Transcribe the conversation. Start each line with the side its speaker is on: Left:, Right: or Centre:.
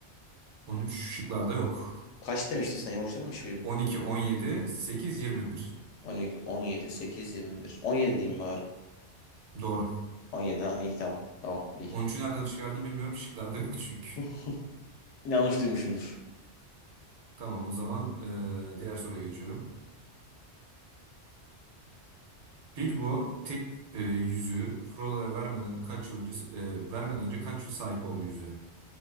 Right: üç şıklarda yok.
Left: Kaç demiştin sen? Yanlış dememiş miydin?
Right: 12, 17, 8, 21.
Left: 12, 17, 8, 21. 17 diyeyim bari.
Right: Doğru.
Left: 17 ha iyi tamam. Tamam iyi.
Right: 13'ü nereden çıkardım bilmiyorum. Şıklarda yok çünkü.
Left: <laughs> Yanlış duymuşumdur.
Right: Tamam o zaman e, diğer soruya geçiyorum. Bilbo tek e, yüzüğü Frodo'ya vermeden kaç yıl önce e, vermeden önce kaç yıl sahip oldu yüzüğe?